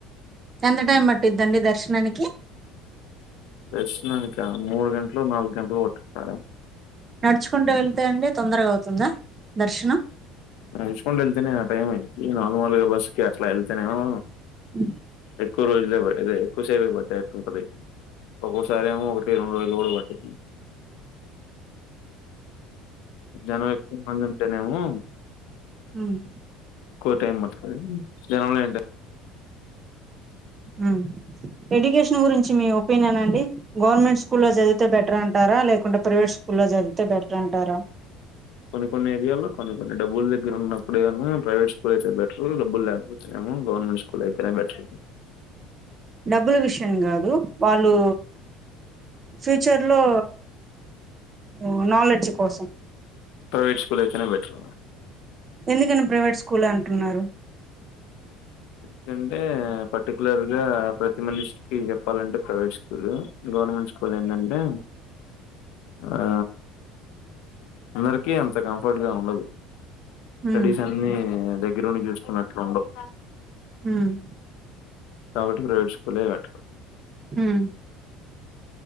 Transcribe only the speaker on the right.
ఎంత టైమ్ పట్టుద్దండీ దర్శనానికి
నడుచుకుంటే వెళ్తాయండి తొందరగా అవుతుందా దర్శనం
అ
ఉమ్
హుమ్ ఎడ్యుకేషన్ గురించి మీ ఒపీనియన్ అండి గవర్నమెంట్ స్కూల్లో చదివితే బెటర్ అంటారా లేకుంటే ప్రైవేట్ స్కూల్లో చదివితే బెటర్ అంటారా
డబ్బుల విషయం కాదు వాళ్ళు ఫ్యూచర్ లో ఓ నాలెడ్జ్ కోసం
ఎందుకని ప్రైవేట్ స్కూల్ అంటున్నారు
ఉమ్
హ్మ్
హ్మ్